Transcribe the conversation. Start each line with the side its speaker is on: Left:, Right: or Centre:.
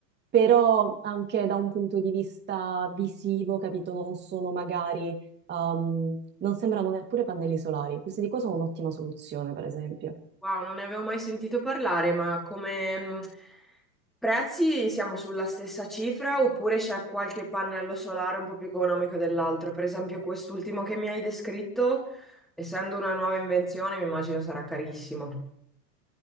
Right: però anche da un punto di vista visivo, capito, non sono magari, um, non sembrano neppure pannelli solari. Questi di qua sono un'ottima soluzione, per esempio.
Centre: Wow, non ne avevo mai sentito parlare, ma come mh, prezzi siamo sulla stessa cifra oppure c'è qualche pannello solare un po' più economico dell'altro? Per esempio, quest'ultimo che mi hai descritto, essendo una nuova invenzione, mi immagino sarà carissimo.